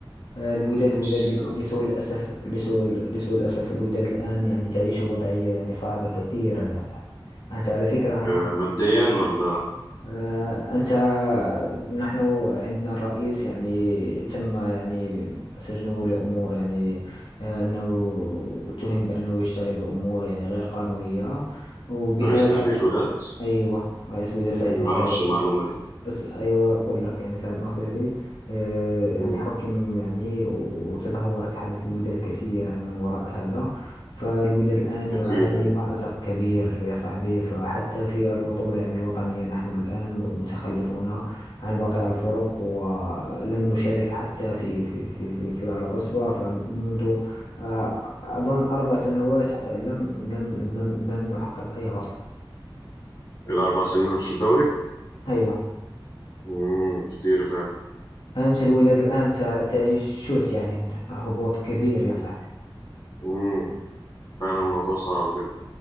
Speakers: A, on the left; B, on the left.
A: آه، الوداد
B: بس
A: الوداد لل- لسوء الأسف لسوء ال- لسوء الأسف الوداد الآن يعني تعيش وضعية يعني صعبة كثيرا يا صاحبي أنت على فكرة عنها
B: آه، ماديا ولا
A: آه، أنت نحن عندنا الرئيس يعني تم يعني سجنه لأمور يعني آه، أنه اتهم بأنه يشتغل بأمور يعني غير قانونية وبهذا
B: رئيس نادي الوداد
A: أيوة رئيس وزراء سعيد
B: ما
A: نصيري
B: اعرفش المعلومه دي
A: أس- أيوة أقول لك يعني سعد ناصيري آه، يعني
B: مم،
A: حكم يعني وتدهورت حالة الوداد كثيرا من وراء هذا فالوداد الآن يعاني
B: اكيد ايوه
A: مأزق كبير يا صاحبي فحتى في البطولة يعني الوطنية نحن الآن متخلفون عن باقي الفرق ولم نشارك حتى في في في في, في العصبة فمنذ آه، أظن أربع سنوات آه، لم لم لم لم نحقق أي عصبة
B: الى اربع سنين ما خدتش الدوري
A: أيوة
B: مم، كتير فعلا
A: أمس الوداد الآن تع- تعيش شوط يعني هبوط كبير يا صاحبي
B: مم، فعلا الموضوع صعب كده